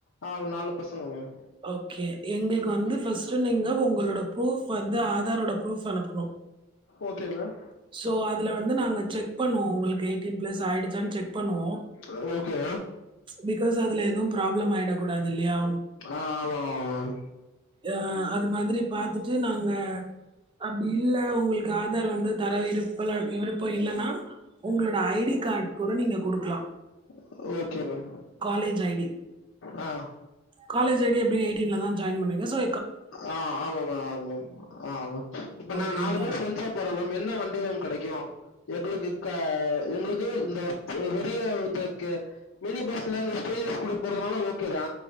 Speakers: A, on the left; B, on the right.
A: ஆ நாலு பசங்க மேம்
B: ஓகே எங்ளுக்கு வந்து ஃபர்ஸ்ட்டு நீங்க உங்களோட ப்ரூஃப் வந்து ஆதாரோட ப்ரூஃப் அனுப்பணு
A: ஓகே மேம்
B: சோ அதுல வந்து நாங்க செக் பண்ணுவோ உங்களுக்கு எயிட்டீன் பிளஸ் ஆயிடுச்சான்னு செக் பண்ணுவோ
A: அ ஓகே
B: பிக்காஸ் அதுல எதுவும் ப்ராப்ளம் ஆயிடக் கூடாது இல்லையா
A: ஆ ஆமாமா மேம்
B: ஆ அது மாதிரி பாத்துட்டு நாங்க அப்டி இல்ல உங்களுக்கு ஆதார் வந்து தர விருப்பல்ல விருப்போ இல்லனா உங்களோட ஐ டி கார்டு கூட நீங்க குடுக்கலா
A: ma'am okay ma'am
B: college I D
A: ஆ
B: காலேஜ் ஐடி அப்டி எய்டின்லதா ஜாயின் பண்ணுவீங்க சோ
A: ஆ ஆமா மேம் ஆ ஆமா இப்ப
B: ஓகேங்களா
A: நாங்க நாளு பேரு ஃரெண்ட்ஸா இப்ப நம் நம்ப என்ன வண்டி மேம் கடைக்கும் எங்களுக்கு ஆ எங்களுக்கு இந்த பெரிய <unintelligible> மினி பஸ்ல எது ஃப்ரீ பஸ் குடுத்து போறதுல ஓகேதா